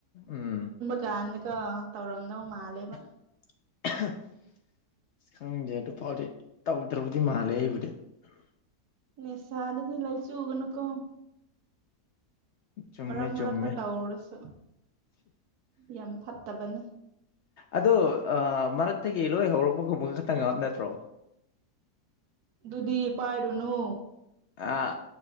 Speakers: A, on the left; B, on the right.
A: ꯎꯝ
B: ꯀꯥꯟꯗ ꯀꯣ ꯇꯧꯔꯝꯗꯧ ꯃꯥꯜꯂꯦꯕ
A: <unintelligible> ꯈꯪꯗꯦ ꯑꯗꯨ ꯐꯥꯎꯗꯤ ꯇꯧꯗ꯭ꯔꯕꯗꯤ ꯃꯥꯜꯂꯦ ꯑꯩꯕꯨꯗꯤ
B: ꯅꯤꯁꯥꯗꯗꯤ ꯂꯥꯏꯆꯨꯒꯅꯨꯀꯣ
A: ꯆꯨꯝꯃꯦ
B: ꯃꯔꯛ ꯃꯔꯛꯇ
A: ꯆꯨꯝꯃꯦ
B: ꯇꯧꯔꯁꯨ ꯌꯥꯝ ꯐꯠꯇꯕꯅꯤ
A: ꯑꯗꯣ ꯑꯥ ꯃꯔꯛꯇꯒꯤ ꯂꯣꯏ ꯍꯧꯔꯛꯄꯒꯨꯝꯕ ꯈꯇꯪ ꯅꯠꯇ꯭ꯔꯣ
B: ꯑꯗꯨꯗꯤ ꯄꯥꯏꯔꯨꯅꯨ
A: ꯑꯥ